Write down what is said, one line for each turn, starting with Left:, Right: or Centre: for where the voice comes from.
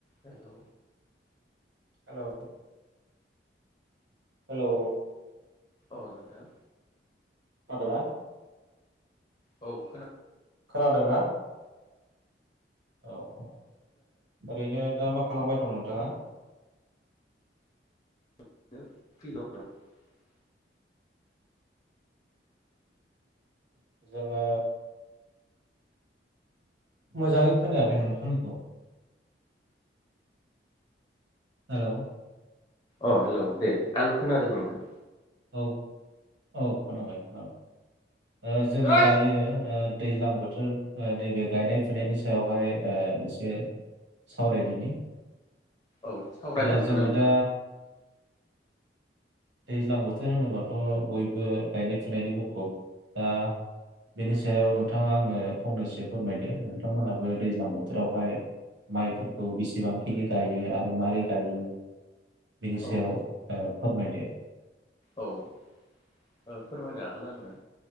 Left: हेलौ
Right: हेलौ हेलौ
Left: औ नोंथां
Right: खोनादोंना
Left: औ खोना
Right: खोनादोंना औ औ ओरैनो दा मा खा खालामबाय दं नोंथाङा
Left: <unintelligible>
Right: जोङो मोजाङै खोनायाखै नोंथांनिखौ हेलौ
Left: अ हेलौ दे आं खोनादों नोंथां
Right: औ औ खोनाबाय खोनाबाय ओ जोङो
Left: औ
Right: दायो ओ दैज्लां बोथोर ओ नैबे गायनाय फुनायनि सायावहाय ओ एसे सावरायदिनि
Left: औ सावरायनो
Right: ओ
Left: हागोन
Right: जोङो
Left: नोंथां
Right: दा दैज्लां बोथोर होनोबाथ' बयबो गायनाय फुनायनि मुखुब दा बेनि सायाव नोंथाङा आंनो फंनैसो फोरमायदो नोंथांमोनहाबो दैज्लां बोथोरावहाय माइफोरखौ बिसेबांखिनि गायो आरो मारै गायो। बेनि सायाव
Left: औ
Right: ओ फोरमायदो
Left: औ फोरमायनो हागोन आङो